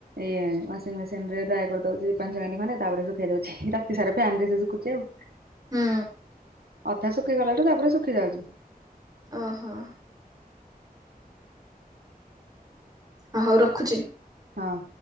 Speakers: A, on the right; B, on the right.
A: ୱସିଙ୍ଗ ମେସିନି ରେ ଡ୍ରା କରିଦଉଚି ପାଞ୍ଚ ମିନିଟ ଖଣ୍ଡେ ତାପରେ ଶୁଖେଇ ଦଉଚି ରାତି ସାରା ଫାନ୍ ରେ ସେ ଶୁଖୁଚି ଆଉ।
B: ହୁଁ।
A: ଅଧା ଶୁଖିଗଲାଠୁ ତାପରେ ଶୁଖି ଯାଉଛି।
B: ଓହୋ। ହୁଁ ହଉ ରଖୁଛି।
A: ହଁ।